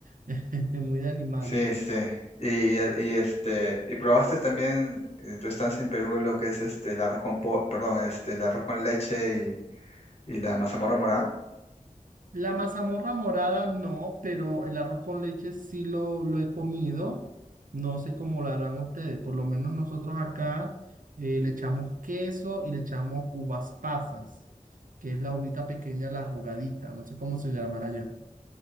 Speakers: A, on the right; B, on the left.
A: <laughs> muy de animales.
B: Sí, este. Y, y, este. ¿Y probaste también en tu estancia en Perú lo que es este el arroz con po- perdón, este, el arroz con leche y, y la mazamorra morada?
A: La mazamorra morada no, pero el arroz con leche sí lo, lo he comido. No sé cómo lo harán ustedes. Por lo menos nosotros acá eh, le echamos queso y le echamos uvas pasas, que es la uvita pequeña, la arrugadita. No sé cómo se llamará allá.